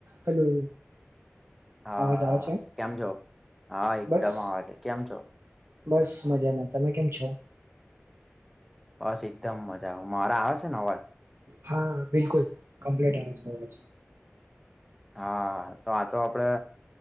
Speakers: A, on the right (about 70°); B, in the centre.
A: Hello.
B: હા,
A: અવાજ આવે છે
B: કેમ છો? હા એકદમ
A: બસ
B: આવેે કેમ છો?
A: બસ મજામાં, તમે કેમ છો?
B: બસ એકદમ મજા, આવે મારે આવે છે ને અવાજ.
A: હા બિલકુલ કમ્પ્લીટ આવે છે અવાજ.
B: હા તો આ તો આપડે